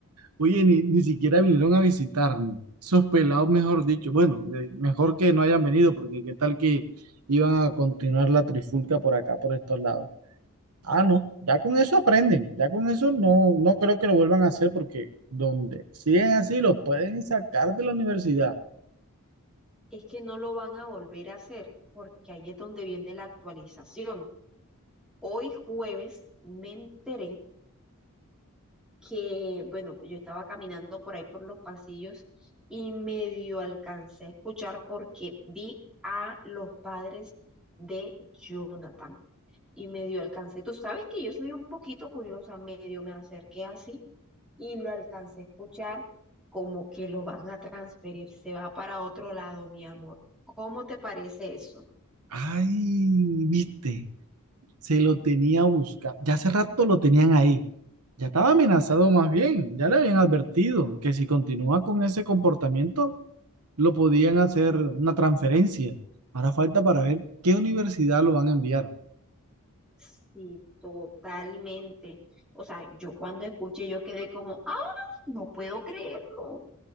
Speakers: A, on the right; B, in the centre.
A: Oye, ni, ni siquiera vinieron a visitarme. Esos pelados, mejor dicho. Bueno, eh, mejor que no hayan venido, porque qué tal que iban a continuar la trifulca por acá, por estos lados. Ah, no, ya con eso aprenden. Ya con eso no, no creo que lo vuelvan a hacer, porque donde siguen así, los pueden sacar de la universidad.
B: es que no lo van a volver a hacer, porque ahí es donde viene la actualización. Hoy jueves me enteré que, bueno, yo estaba caminando por ahí por los pasillos y medio alcancé a escuchar porque vi a los padres de Jonathan y medio alcancé. Tú sabes que yo soy un poquito curiosa, medio me acerqué así y lo alcancé a escuchar como que lo van a transferir, se va para otro lado, mi amor. ¿Cómo te parece eso?
A: Ay, viste, se lo tenía buscado. Ya hace rato lo tenían ahí. Ya estaba amenazado más bien, ya le habían advertido que si continúa con ese comportamiento, lo podían hacer una transferencia. Ahora falta para ver qué universidad lo van a enviar.
B: Sí, totalmente. O sea, yo cuando escuché, yo quedé como, ah, no puedo creerlo.